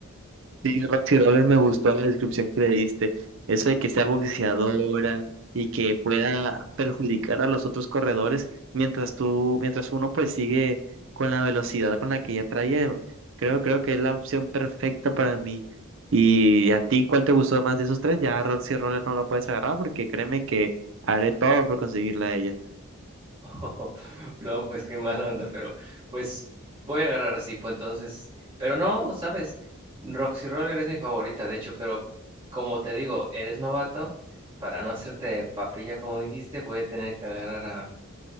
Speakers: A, on the right (about 60°); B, on the right (about 25°).
A: Sí, Roxy Roller me gustó la descripción que le diste. Eso de que sea boxeadora y que pueda perjudicar a los otros corredores mientras tú, mientras uno pues sigue con la velocidad con la que ella trae. Creo, creo que es la opción perfecta para mí. ¿Y a ti cuál te gustó más de esos tres? Ya Roxy Roller no lo puedes agarrar porque créeme que haré todo por conseguirla a ella.
B: Oh, <laughs> no, pues qué mala onda, pero pues voy a agarrar así, pues entonces, pero no, sabes, Roxy Roller es mi favorita, de hecho, pero como te digo, eres novato, para no hacerte papilla, como dijiste, voy a tener que agarrar a,